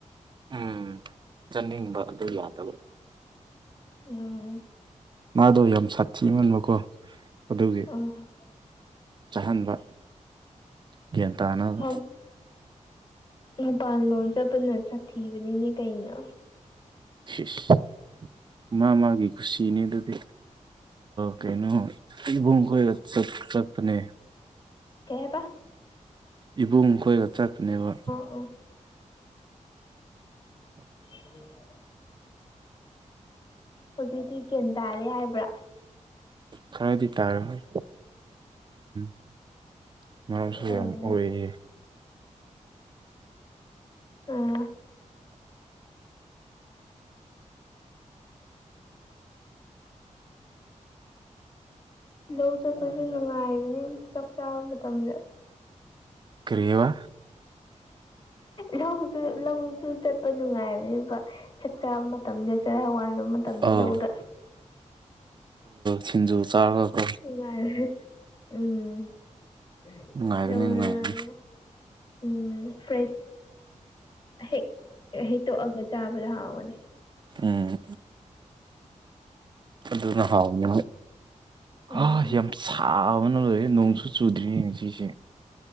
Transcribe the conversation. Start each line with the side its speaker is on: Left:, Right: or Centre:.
Right: ꯎꯝ ꯆꯠꯅꯤꯡꯕ ꯑꯗꯨ ꯌꯥꯗꯕ
Left: ꯎꯝ
Right: ꯃꯥꯗꯣ ꯌꯥꯝ ꯁꯥꯊꯤꯍꯟꯕꯀꯣ ꯑꯗꯨꯒꯤ
Left: ꯑꯣ
Right: ꯆꯥꯍꯟꯕ ꯒ꯭ꯌꯥꯟ ꯇꯥꯅꯕ
Left: ꯃꯥꯝ ꯃꯄꯥꯟꯂꯣꯝ ꯆꯠꯄꯅ ꯁꯥꯊꯤꯕꯅꯤꯅꯦ ꯀꯩꯅ
Right: ꯁꯤꯁ ꯃꯥ ꯃꯥꯒꯤ ꯀꯨꯁꯤꯅꯦ ꯑꯗꯨꯗꯤ ꯀꯩꯅꯣ ꯏꯕꯣꯡꯈꯣꯏ ꯆꯠ ꯅꯠꯄꯅꯦ
Left: ꯀꯩ ꯍꯥꯏꯕ
Right: ꯏꯕꯨꯡ ꯈꯣꯏꯒ ꯆꯠꯄꯅꯦꯕ
Left: ꯑꯥ ꯑ <unintelligible> ꯍꯧꯖꯤꯛꯇꯤ ꯒ꯭ꯦꯟ ꯇꯥꯔꯦ ꯍꯥꯏꯕ꯭ꯔꯥ
Right: ꯈꯔꯗꯤ ꯇꯥꯔꯝꯃꯅꯤ <unintelligible> ꯃꯔꯝꯁꯨ
Left: ꯎꯝ
Right: ꯌꯥꯝ ꯑꯣꯏꯌꯦ
Left: ꯑ ꯂꯧ ꯆꯠꯄꯁꯨ ꯅꯨꯡꯉꯥꯏꯕꯅꯤ ꯆꯥꯛ ꯆꯥꯕ ꯃꯇꯝꯗ
Right: ꯀꯔꯤꯕ
Left: ꯂꯧꯁꯨ ꯂꯧꯁꯨ ꯆꯠꯄ ꯅꯨꯡꯉꯥꯏꯕꯅꯦꯕ ꯆꯥꯛ ꯆꯥꯕ ꯃꯇꯝꯗ ꯆꯔ ꯋꯥꯜꯕ ꯃꯇꯝꯗ
Right: ꯑꯧ
Left: ꯂꯧꯗ
Right: ꯊꯤꯟꯖꯨ ꯆꯥꯔꯒ ꯀꯣ
Left: ꯅꯨꯉꯥꯏ <unintelligible>
Right: ꯅꯨꯡꯉꯥꯏꯕꯅꯤ ꯅꯨꯡꯉꯥꯏꯕꯅꯤ
Left: ꯎꯝ ꯐ꯭ꯔꯦꯁ ꯍꯦꯛ ꯍꯩꯇꯣꯛꯑꯒ ꯆꯥꯕꯗ ꯍꯥꯎꯕꯅꯦ
Right: ꯎꯝ ꯑꯗꯨꯅ ꯍꯥꯎꯅꯤ
Left: ꯎꯝ
Right: ꯑ ꯌꯥꯝ ꯁꯥꯕꯅ ꯂꯣꯔꯦ ꯅꯣꯡꯁꯨ ꯆꯨꯗ꯭ꯔꯤꯌꯦ ꯉꯁꯤꯁꯦ